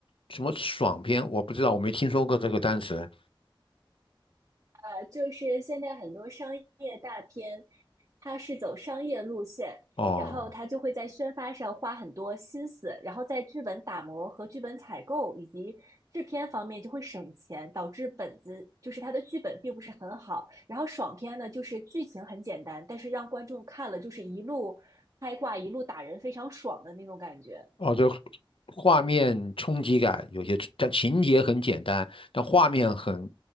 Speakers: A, on the left; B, on the right.
A: 什么爽片，我不知道，我没听说过这个单词。
B: 呃，就是现在很多商业大片，它是走商业路线，
A: 哦
B: 然后它就会在宣发上花很多心思，然后在剧本打磨和剧本采购以及制片方面就会省钱，导致本子就是它的剧本并不是很好。然后爽片呢，就是剧情很简单，但是让观众看了就是一路开挂，一路打人，非常爽的那种感觉。
A: 哦，对，画面冲击感有些，但情节很简单，但画面很